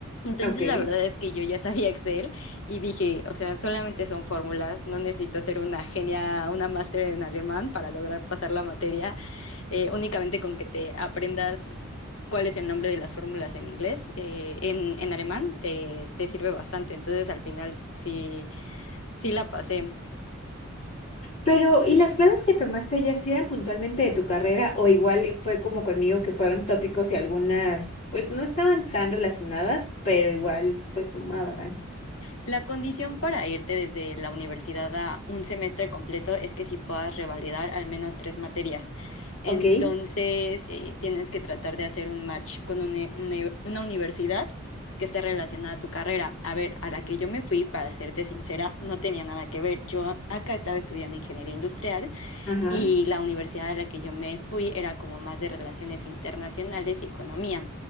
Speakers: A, on the left (about 65°); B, on the left (about 35°).
A: Entonces,
B: Ok.
A: la verdad es que yo ya <laughs> sabía Excel y dije, o sea, solamente son fórmulas, no necesito ser una genia, una máster en alemán para lograr pasar la materia, eh, únicamente con que te aprendas cuál es el nombre de las fórmulas en inglés, eh, en, en, alemán te, te, sirve bastante. Entonces al final sí, sí la pasé.
B: Pero, ¿y las clases que tomaste allá sí eran puntualmente de tu carrera o igual fue como conmigo que fueron tópicos y algunas pues no estaban tan relacionadas, pero igual pues sumaban?
A: La condición para irte desde la universidad a un semestre completo es que sí puedas revalidar al menos tres materias. Entonces
B: Ok,
A: eh, tienes que tratar de hacer un match con una, una, una universidad que esté relacionada a tu carrera. A ver, a la que yo me fui, para serte sincera, no tenía nada que ver. Yo acá estaba estudiando ingeniería industrial
B: ajá,
A: Y la universidad a la que yo me fui era como más de relaciones internacionales y economía.